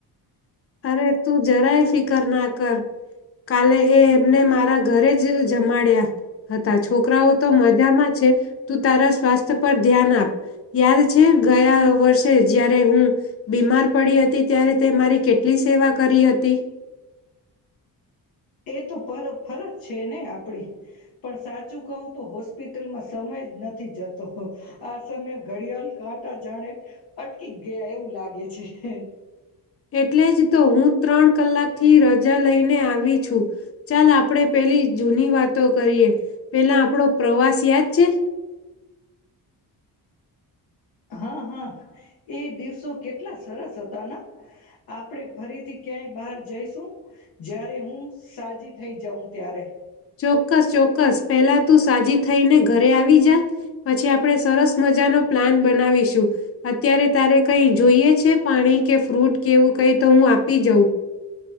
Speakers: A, on the left (about 35°); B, on the left (about 60°).
A: અરે તું જરાય ફિકર ના કર, કાલે એ એમને મારા ઘરે જ જમાડ્યા હતા. છોકરાઓ તો મજામાં છે. તું તારા સ્વાસ્થ્ય પર ધ્યાન આપ, યાદ છે ગયા વર્ષે જ્યારે હું બીમાર પડી હતી ત્યારે તે મારી કે લી સેવા કરી હતી.
B: એ તો ફરજ છે ને આપડી, પણ સાચું કહું તો હોસ્પિટલમાં સમય જ નથી જતો, આ સમય ઘડિયાળ કાંટા જાણે, અટકી ગયા એવું લાગે છે.
A: એટલે જ તો હું ત્રણ કલાકથી રજા લઈને આવી છું, ચાલ આપણે પેલી જૂની વાતો કરીએ, પહેલા આપણો પ્રવાસ યાદ છે?
B: હા હા, એ દિવસો કેટલા સરસ હતાના, આપડે ફરીથી ક્યાંય બહાર જઈશું, જારે હું સાજી થઈ જાઉં ત્યારે.
A: ચોક્કસ ચોક્કસ પહેલા તું સાજી થઈને ઘરે આવી જા, પછી આપણે સરસ મજાનો પ્લાન બનાવીશું, અત્યારે તારે કઈ જોઈએ છે પાણી કે ફ્રૂટ કેવું કંઈ તો હું આપી જાઉં.